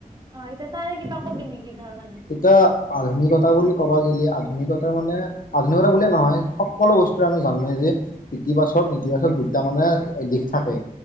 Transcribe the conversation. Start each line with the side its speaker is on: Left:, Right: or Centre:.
Right: অ এতিয়া তাৰে কিবা কবি নেকি? ধৰ মানে
Left: এতিয়া আধুনিকতা বুলি ক'বা গ'লে আধুনি মানে আধুনিকতা বুলিয়ে নহয় সকলো বস্তুৰে আম জানোৱেই যে ইতিবাচক ইতিবাচক দুটা মানে দিশ থাকে